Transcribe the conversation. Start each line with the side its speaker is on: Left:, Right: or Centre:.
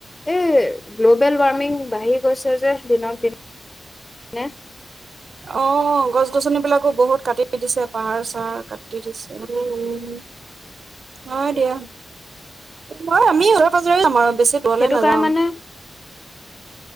Left: এ গ্ল'বেল ৱাৰ্মিং বাঢ়ি গৈছে যে দিনক দিন নে।
Right: অ' গছ গছনি বিলাকো বহুত কাটি দিছে পাহাৰ চাহাৰ কাটি দিছে, উম- উম্। হয় দিয়া। মই আমি ওচৰে পাজৰেই যাম আৰু বেছি দূৰলে
Left: সেইটো
Right: নাযাওঁ।
Left: কাৰণে মানে